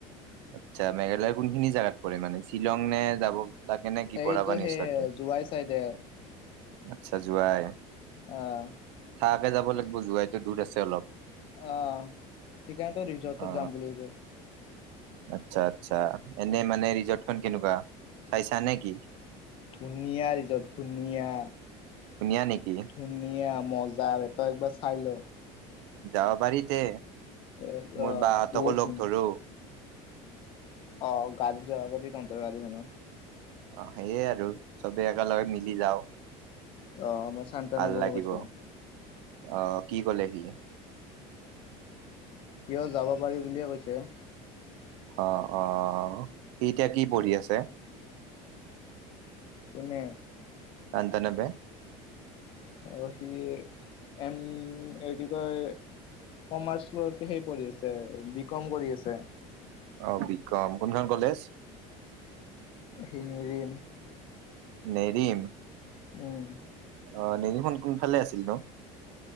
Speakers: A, on the right; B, on the left.
A: আচ্ছা মেঘালয়ৰ কোনখিনি জাগাত পৰে মানে শ্বিলং নে যাব লাগে নে কি
B: এইটো
A: বৰা পানীৰ
B: সেই
A: ওচৰতে
B: জোৱাই চাইডে
A: আচ্ছা যোৱাই।
B: অহ।
A: থাকাকে যাব লাগিব যোৱাইটো দূৰ আছে অলপ।
B: অ সেইকাৰণেটো ৰিজৰ্টত
A: অ
B: যাম বুলি ভাবিছো।
A: আচ্ছা আচ্ছা এনে মানে ৰিজৰ্টখন কেনেকুৱা চাইছা নে কি?
B: ধুনীয়া ৰিজত ধুনীয়া।
A: ধুনীয়া নেকি?
B: ধুনীয়া মজা বে তই একবাৰ চাই ল।
A: যাব পাৰিতে,
B: এ
A: মোৰ
B: অ
A: বা সতকো
B: বহুত
A: লগ
B: ধুনীয়া
A: ধৰো।
B: অ গাড়ীত যাব পাৰি তহঁতৰ গাড়ীখনত।
A: অ সেয়ে আৰু। চবেই একেলগে মিলি যাও,
B: অ মই শান্তনবকো
A: ভাল লাগিব।
B: কৈছো
A: অ কি কলে সি?
B: সিও যাব পাৰি বুলিয়ে কৈছে।
A: অ অ সি এতিয়া কি পঢ়ি আছে?
B: কোনে?
A: আন্তানবে?
B: অ সি এম এই কি কয় কমাৰ্চ লৈ সেই পঢ়ি আছে বি কম কৰি আছে।
A: অ বি কম, কোনখন কলেজ?
B: শিঙৰী।
A: নেৰিম।
B: উম।
A: অ নেৰিম খন কোনফালে আছিল নো?